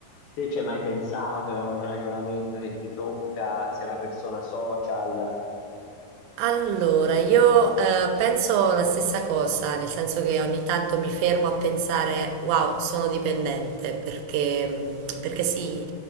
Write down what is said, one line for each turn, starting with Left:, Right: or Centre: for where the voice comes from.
Left: Te ci hai mai pensato? È un ragionamento che ti tocca? Sei una persona social?
Right: Allora, io eh, penso la stessa cosa, nel senso che ogni tanto mi fermo a pensare, wow, sono dipendente, perché, mh, perché sì,